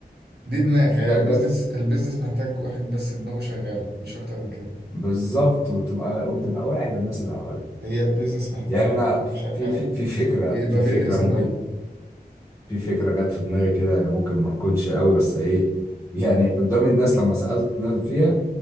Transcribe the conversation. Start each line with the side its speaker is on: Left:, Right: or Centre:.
Right: دي دماغ
Left: جا-
Right: هي البيزنس
Left: جت في-
Right: البيزنس محتاج واحد بس دماغه شغالة مش اكتر من كده
Left: بالظبط وتبقى وتبقى واعي بالناس اللي حواليك
Right: هي البيزنس محتاج
Left: يعني
Right: حد
Left: أنا
Right: يكون شغالة
Left: في في في فكرة
Right: ويبقى
Left: في
Right: بيدرس
Left: فكرة ممكن
Right: الموضوع
Left: في فكرة جت في دماغي كده هي ممكن ما تكونش قوي بس ايه يعني قدام الناس لما سألت ناس فيها